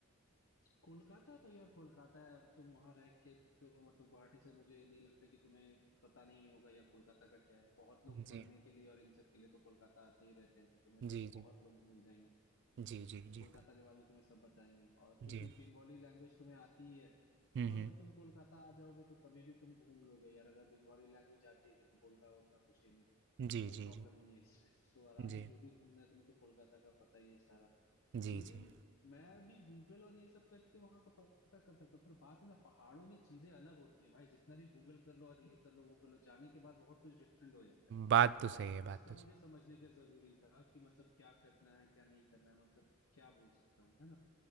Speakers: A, on the left; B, on the right.
A: कोलकाता तो यार कोलकाता है अब तुम वहां रह के तो मतलब गुवाहाटी से मुझे नहीं लगता कि तुम्हें पता नहीं होगा या कोलकाता का क्या है बहुत लोग
B: जी
A: पढ़ने के लिए और इन सब के लिए तो कोलकाता आते ही रहते हैं तो तुम्हें तो
B: जी
A: ऐसा बहुत
B: जी
A: लोग मिल जाएंगे
B: जी जी
A: कि कोलकाता
B: जी
A: के बारे में तुम्हें सब बताएंगे और चूंकि
B: जी
A: बंगाली लैंग्वेज तुम्हें आती ही है
B: हम्म
A: तो अगर
B: हम्म
A: तुम कोलकाता आ जाओगे तो कभी भी तुम घूम लोगे यार अगर बंगाली लैंग्वेज आती है तो बोलना बोलना कुछ ये नहीं
B: जी,
A: कोई
B: जी,
A: प्रॉब्लम
B: जी।
A: नहीं है इसमें तो आराम
B: जी।
A: से जो भी घूमना है तुम्हें तो कोलकाता का पता ही है सारा
B: जी,
A: मेन
B: जी।
A: मैं भी गूगल और ये सब करके वहां का पता कर सकता हूँ पर बात है ना पहाड़ों में चीजें अलग होती हैं भाई जितना भी गूगल कर लो और ये कर लो वो कर लो जाने के बाद बहुत कुछ डिफरेंट हो जाता है
B: बात तो सही है,
A: जिसका
B: बात तो
A: मुझे
B: सही
A: समझने का जरूरी था कि मतलब क्या करना है क्या नहीं करना है मतलब क्या बोल सकता हूँ है ना